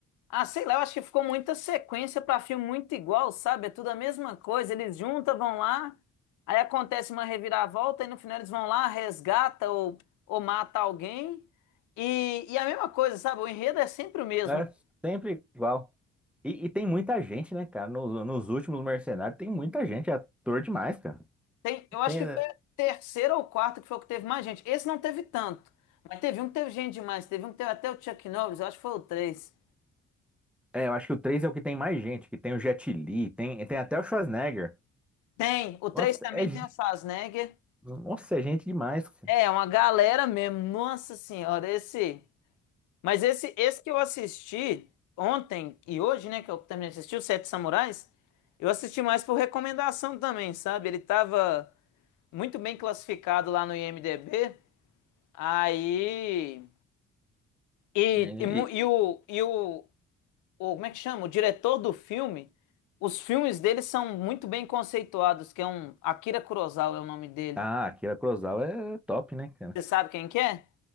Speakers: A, on the left (about 80°); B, in the centre.
A: Ah, sei lá, eu acho que ficou muita sequência para filme muito igual, sabe? É tudo a mesma coisa. Eles juntam, vão lá, aí acontece uma reviravolta, e no final eles vão lá, resgata ou, ou mata alguém. E, e a mesma coisa, sabe? O enredo é sempre o mesmo.
B: é sempre igual. E, e tem muita gente, né, cara? Nos, nos últimos Mercenários tem muita gente, é ator demais, cara.
A: Tem, eu acho
B: Tem,
A: que foi o terceiro ou quarto que foi o que teve mais gente. Esse não teve tanto, mas teve um que teve gente demais. Teve um que teve até o Chuck Norris, eu acho que foi o três
B: é, eu acho que o 3 é o que tem mais gente, que tem o Jet Li, tem, tem até o Schwarzenegger.
A: Tem, o 3
B: Nossa,
A: também
B: é, ge-
A: tem o Schwarzenegger.
B: nossa, é gente demais, cara.
A: É, uma galera mesmo. Nossa Senhora, esse. Mas esse, esse que eu assisti ontem e hoje, né, que eu terminei de assistir, o Sete Samurais, eu assisti mais por recomendação também, sabe? Ele tava muito bem classificado lá no IMDb, aí... E,
B: E,
A: e, mu-
B: e-
A: e o, e o, o- Como é que chama? O diretor do filme, os filmes dele são muito bem conceituados, que é um... Akira Kurosawa é o nome dele.
B: ah, Akira Kurosawa é top, né, cara?
A: Você sabe quem que é?